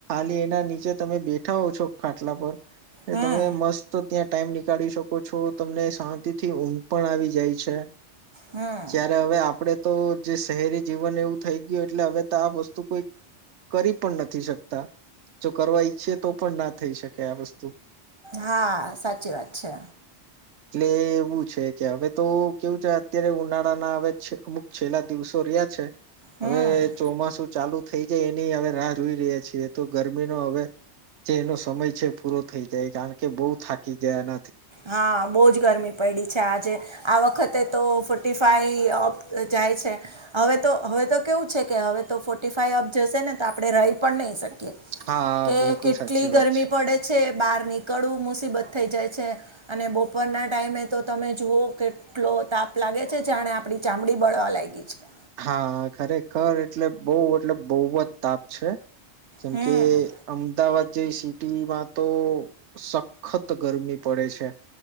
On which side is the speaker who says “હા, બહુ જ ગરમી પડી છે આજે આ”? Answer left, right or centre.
Right